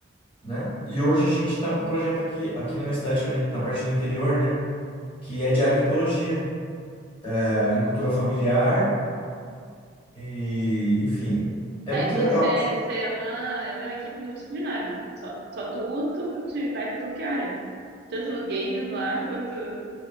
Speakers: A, on the left; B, on the right.
A: né? E hoje a gente tá com um projeto aqui, aqui na minha cidade, que é no- na parte do interior, né? Que é de agroecologia, é agricultura familiar E, enfim, é
B: Tá,
A: muito
B: então
A: legal.
B: você, você é uma, é uma equipe multidisciplinar. do- Só, só tu, tu te vai pra tudo que é área. Tanto no games lá, quanto...